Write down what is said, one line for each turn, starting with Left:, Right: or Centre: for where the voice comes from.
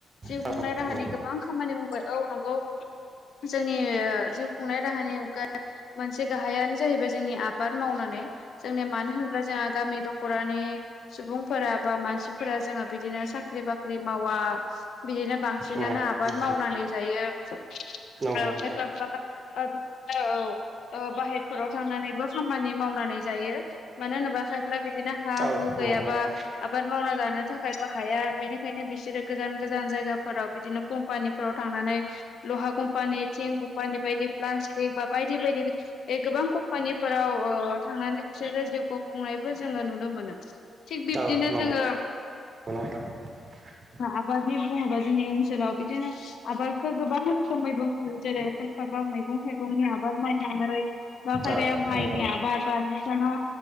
Left: जिउ
Right: थारैनो
Left: खुंनाय राहानि गोबां खामानि बुंबाय औ नंगौ जोंनि जिउ खुंनाय राहानि अनगा मोनसे गाहायानो जाहैबाय जोंनि आबाद मावनानै जोंनिया मानो होन्ला जोंहा गामि दख'रानि सुबुंफोरा बा मानसिफोरा जोंहा बिदिनो स बाख्रि बाख्रि मावा बिदिनो बांसिनानो
Right: उम
Left: आबाद
Right: नंगौ
Left: मावनानै जायो।
Right: नोंथां नंगौ
Left: आरो
Right: नोंथां
Left: खायफा एफा ओ बिदिनो औ बाहेरफोराव थांनानैबो खामानि मावनानै जायो मानो होनोबा सायफ्लाय बिदिनो हा
Right: औ
Left: हु गैयाबा
Right: नंगौ नोंथां
Left: आबाद मावना जानो थाखायबो हाया बेनिखायनो बिसोरो गोजान गोजान जायगाफोराव बिदिनो कम्पानिफोराव थांनानै लुहा खौमपानि थिं म् बायदि पटिक बा बायदि बायदि गोबां कम्पानिफोराव ओ थांनानै बिसोरो जिउखौ खुंनायबो जोङो नुनो मोनो थिग बिब्दिनो
Right: औ नंगौ
Left: जोङो
Right: <unintelligible> <unintelligible>
Left: आबाद बुंङोबा जोंनसोला बिदिनो आबादखौ गोबां रोखोमैबो नो जेरै-खायखाबा मैगं थाइगंनि आबाद मावनानै <unintelligible> नोंथाङा
Right: औ नंगौ नोंथां